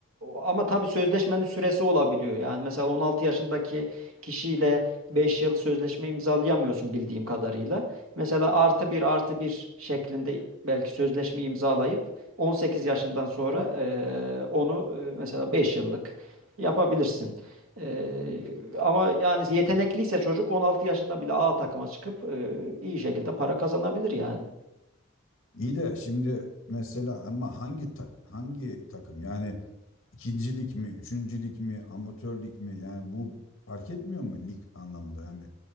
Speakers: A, on the right (about 75°); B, on the left (about 70°).
A: ama tabii sözleşmenin süresi olabiliyor. Yani mesela 16 yaşındaki kişiyle 5 yıl sözleşme imzalayamıyorsun bildiğim kadarıyla. Mesela artı bir artı bir şeklinde belki sözleşme imzalayıp 18 yaşından sonra e, onu e, mesela 5 yıllık yapabilirsin. E, ama yani yetenekliyse çocuk 16 yaşında bile A takıma çıkıp e, iyi şekilde para kazanabilir yani.
B: İyi de şimdi mesela ama hangi tak hangi takım yani ikincilik mi, üçüncülük mi, amatörlük mi yani bu fark etmiyor mu lig anlamında yani